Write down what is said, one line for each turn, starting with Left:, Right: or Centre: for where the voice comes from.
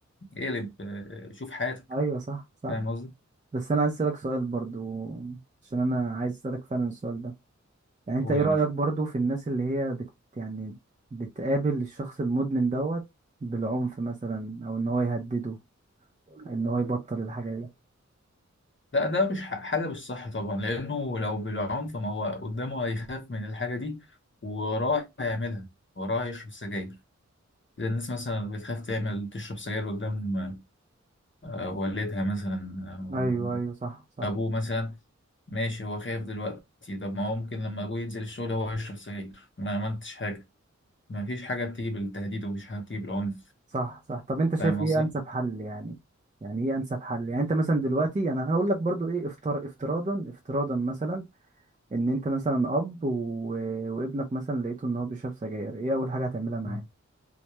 Left: اقلب اه، شوف حياتك
Right: أيوة صح صح
Left: فاهم قصدي
Right: بس أنا عايز أسألك سؤال برضو عشان أنا عايز أسألك فعلا السؤال ده يعني أنت
Left: قول
Right: إيه
Left: يا
Right: رأيك
Left: باشا
Right: برضو في الناس اللي هي بت يعني بتقابل الشخص المدمن دوت بالعنف مثلا أو إن هو يهدده إن هو يبطل الحاجة دي
Left: لا ده مش ح- حاجه مش صح طبعا لانه لو بالعنف ما هو قدامه هيخاف من الحاجه دي ووراه هيعملها وراه هيشرب سجاير زي الناس مثلا بتخاف تعمل تشرب سجاير قدام آه، والدها مثلا أو
Right: أيوة أيوة صح صح
Left: أبوه مثلا ماشي هو خايف دلوقتي طب ما هو ممكن لما أبوه ينزل الشغل هو يشرب سجاير ما عملتش حاجة ما فيش حاجة بتيجي بالتهديد ومفيش حاجة بتيجي بالعنف
Right: صح صح طب انت شايف
Left: فاهم
Right: ايه
Left: قصدي؟
Right: انسب حل يعني يعني ايه انسب حل يعني انت مثلا دلوقتي يعني انا هقول لك برضو ايه افتر افتراضا افتراضا مثلا ان انت مثلا اب و... وابنك مثلا لقيته ان هو بيشرب سجاير ايه اول حاجه هتعملها معاه
Left: مم.